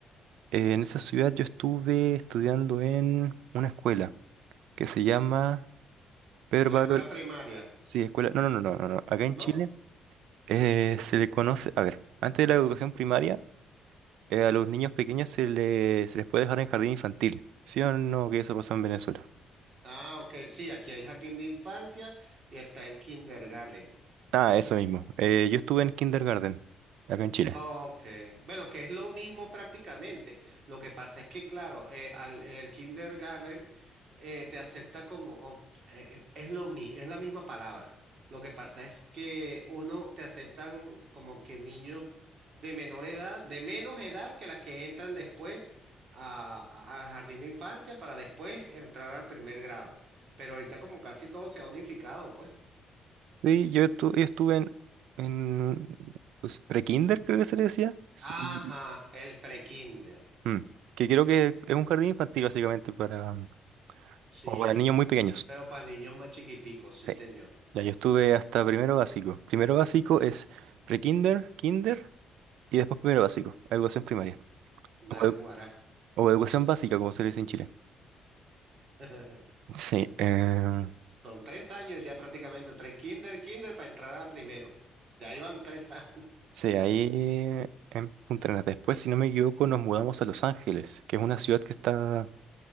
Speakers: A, on the right; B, on the right.
A: Eh, en esa ciudad yo estuve estudiando en una escuela que se llama Pedro
B: En la
A: Pablo...
B: escuela primaria,
A: Sí, escuela... No, no, no, no, no. no. Acá en
B: ¿no?
A: Chile eh, se le conoce... A ver, antes de la educación primaria... eh, a los niños pequeños se, le- se les puede dejar en jardín infantil. ¿Sí o no que eso pasó en Venezuela?
B: Ah, ok, sí, aquí hay jardín de infancia y está el kindergarten.
A: Ah, eso mismo. Eh, yo estuve en kindergarten, acá en Chile.
B: Ok, bueno, que es lo mismo prácticamente. Lo que pasa es que, claro, eh, al, el kindergarten eh, te acepta como, o- eh, eh, es lo mi, es la misma palabra. Lo que pasa es que uno te aceptan como que niños de menor edad, de menos edad que las que entran después a, a- al jardín de infancia para después entrar al primer grado. Pero ahorita como casi todo se ha unificado, pues.
A: Sí, yo, estu- yo estuve en, en pues, pre-kinder, creo que se le decía. Sí,
B: Ajá,
A: y-
B: el pre-kinder.
A: mm, que creo que es un jardín infantil básicamente para,
B: Sí.
A: como para niños muy pequeños.
B: Pero para niños más chiquiticos, sí,
A: Sí.
B: señor.
A: Ya, yo estuve hasta primero básico. Primero básico es pre-kinder, kinder y después primero básico, educación primaria. O,
B: Naguará.
A: edu- o educación básica, como se le dice en Chile.
B: <laughs>
A: Sí, eh,
B: Son tres años ya prácticamente, tres kinder, kinder para entrar a primero. Ya iban tres años.
A: sí, ahí en Punta Arenas. Después, si no me equivoco, nos mudamos a Los Ángeles, que es una ciudad que está